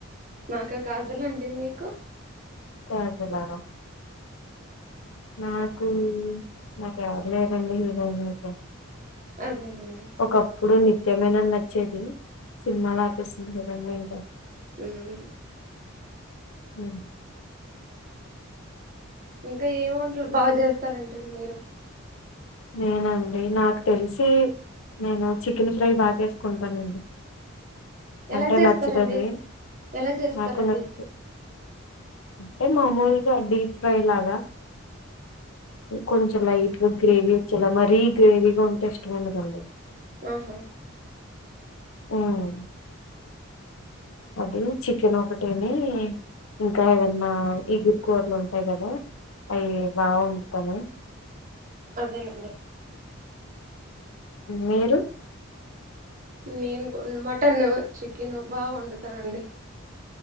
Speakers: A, on the right; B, on the left.
A: నాక కాజలండి మీకు
B: కాజల నాకు నాకు ఎవరు లేరండి, హీరోయిన్ అయితే
A: అదేనండి
B: ఒకప్పుడు నిత్యమీనన్ నచ్చేది. సినిమాలు ఆపేసింది కదా పెళ్లా ఇంకా
A: మ్మ్
B: హ్మ్
A: ఇంకా ఏం వంటలు బాగా చేస్తారంటడి మీరు.
B: నేనండి నాకు తెలిసి, నేను చికెన్ ఫ్రై బాగా చేసుకుంటానండి.
A: ఎలా
B: అంటే
A: చేస్తారండి
B: నచ్చుతది
A: ఎలా చేస్తారండి
B: నాకు నచ్ అంటే మామూలుగా డీప్ ఫ్రై లాగా. కొంచెం లైట్ గా గ్రేవి చల మరీ గ్రేవిగా ఉంటే ఇష్టం ఉండదండి.
A: ఆహ
B: మ్మ్ అది చికెన్ ఒకటేని ఇంకా ఏదన్నా ఈగురుకూరలు ఉంటాయి కదా, అయి బా వండుతను.
A: అదేనండి
B: మీరు?
A: నేను కు మటను, చికెను బా వండుతానండి.